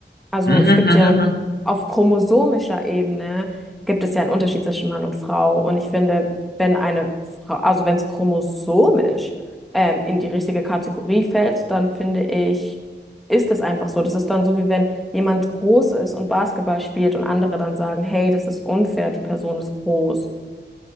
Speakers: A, in the centre; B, on the left.
A: Also
B: mhm. Mhm, mhm,
A: es gibt ja
B: mhm.
A: auf chromosomischer Ebene gibt es ja einen Unterschied zwischen Mann und Frau. Und ich finde, wenn eine Frau, also wenn es chromosomisch ähm, in die richtige Kategorie fällt, dann finde ich, ist es einfach so. Das ist dann so, wie wenn jemand groß ist und Basketball spielt und andere dann sagen, hey, das ist unfair, die Person ist groß.